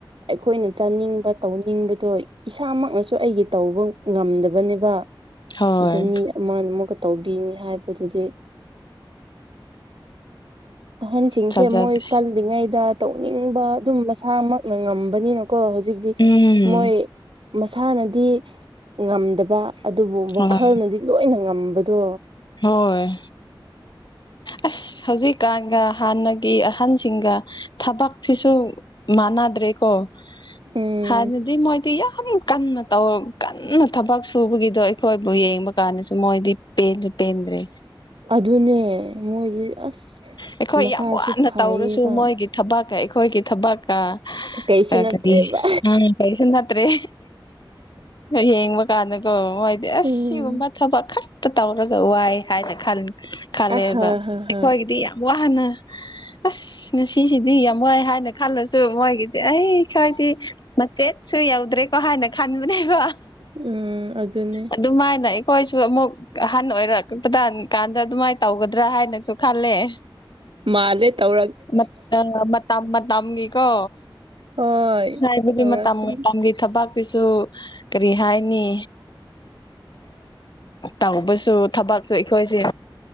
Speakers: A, on the right; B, on the left.
A: ꯑꯩꯈꯣꯏꯅ ꯆꯥꯅꯤꯡꯕ ꯇꯧꯅꯤꯡꯕꯗꯣ ꯏꯁꯥꯃꯛꯅꯁꯨ ꯑꯩꯒꯤ ꯇꯧꯕ ꯉꯝꯗꯕꯅꯦꯕ
B: ꯍꯣꯏ
A: ꯑꯗꯣ ꯃꯤ ꯑꯃ ꯑꯃꯛꯒ ꯇꯧꯕꯤꯅꯤ ꯍꯥꯏꯕꯗꯨꯗꯤ ꯑꯍꯟꯁꯤꯡꯁꯦ
B: ꯊꯥꯖꯗ꯭ꯔꯦ
A: ꯃꯣꯏ ꯀꯜꯂꯤꯉꯩꯗ ꯇꯧꯅꯤꯡꯕ ꯑꯗꯨꯝ ꯃꯁꯥꯃꯛꯅ ꯉꯝꯕꯅꯤꯅꯀꯣ ꯍꯧꯖꯤꯛꯇꯤ
B: ꯎꯝ
A: ꯃꯣꯏ ꯃꯁꯥꯅꯗꯤ ꯉꯝꯗꯕ ꯑꯗꯨꯕꯨ ꯋꯥꯈꯜꯅꯗꯤ
B: ꯍꯣꯏ
A: ꯂꯣꯏꯅ ꯉꯝꯕꯗꯣ
B: ꯍꯣꯏ
A: <unintelligible>
B: ꯑꯁ ꯍꯧꯖꯤꯛꯀꯥꯟꯒ ꯍꯥꯟꯅꯒꯤ ꯑꯍꯟꯁꯤꯡꯒ ꯊꯕꯛꯁꯤꯁꯨ ꯃꯅꯥ꯫ꯗ꯭ꯔꯦ ꯀꯣꯗꯤ
A: ꯎꯝ
B: ꯃꯣꯏ ꯌꯥꯝ ꯀꯟꯅ ꯇꯧ ꯀꯟꯅ ꯊꯕꯛ ꯁꯨꯕꯒꯤꯗꯣ ꯑꯩꯈꯣꯏꯕꯨ ꯌꯦꯡꯕ ꯀꯥꯟꯗꯁꯨ ꯃꯣꯏꯗꯤ ꯄꯦꯟ ꯄꯦꯟꯗ꯭ꯔꯦ
A: ꯑꯗꯨꯅꯦ ꯃꯣꯏꯁꯦ ꯑꯁ
B: ꯑꯩꯈꯣꯏ
A: ꯃꯁꯥꯁꯨ
B: ꯌꯥꯝ ꯋꯥꯅ
A: ꯐꯩꯌꯦꯕ
B: ꯇꯧꯔꯁꯨ ꯃꯣꯏꯒꯤ ꯊꯕꯛꯀ ꯑꯩꯈꯣꯏꯒꯤ ꯊꯕꯛꯀ
A: ꯀꯩꯁꯨ
B: ꯑ
A: ꯅꯠꯇ꯭ꯔꯦꯕ
B: ꯀꯔꯤ ꯑ ꯀꯩꯁꯤꯅ ꯍꯥꯇ꯭ꯔꯦ ꯌꯦꯡꯕ ꯀꯥꯟꯗꯀꯣ ꯃꯣꯏꯗꯤ ꯑꯁꯤꯒꯨꯝꯕ
A: ꯎꯝ
B: ꯊꯕꯛ ꯈꯛꯇ ꯇꯧꯔꯒ ꯋꯥꯏ ꯈ ꯈꯂꯦꯕ
A: ꯑ ꯍ ꯍ ꯍꯣꯏ
B: ꯗꯤ ꯌꯥꯝ ꯋꯥꯅ ꯑꯁ ꯉꯁꯤꯁꯤꯗꯤ ꯌꯥꯝ ꯋꯥꯏ ꯍꯥꯏꯅ ꯈꯜꯂꯁꯨ ꯃꯣꯏꯒꯤ ꯑꯩ ꯈꯣꯏꯗꯤ ꯃꯆꯦꯠꯁꯨ ꯌꯧꯗ꯭ꯔꯦꯀꯣ ꯍꯥꯏꯅ ꯈꯟꯕꯅꯦꯕ
A: ꯎꯝ ꯑꯗꯨꯅꯦ
B: ꯑꯗꯨ꯫ꯃꯥꯏꯅ ꯑꯩ ꯍꯣꯏꯁꯨ ꯑꯃꯨꯛ ꯑꯍꯟ ꯑꯣꯏꯔꯛꯄ ꯀꯥꯟꯗ ꯑꯗꯨꯃꯥꯏꯅ ꯇꯧꯒꯗ꯭ꯔꯥ ꯍꯥꯏꯅꯁꯨ ꯈꯂꯦ
A: ꯃꯥꯂꯦ ꯇꯧ
B: ꯃ ꯃꯝꯒꯤꯀꯣ
A: ꯍꯣꯏ
B: ꯍꯥꯏꯕꯗꯤ
A: ꯇꯧꯔꯛꯀꯅꯤ
B: ꯃꯇꯝ ꯃꯇꯝꯒꯤ ꯊꯕꯥꯛꯇꯤꯁꯨ ꯀꯔꯤ ꯍꯥꯏꯅꯤ ꯇꯧꯕꯁꯨ ꯊꯕꯛꯁꯨ ꯑꯩꯈꯣꯏꯁꯦ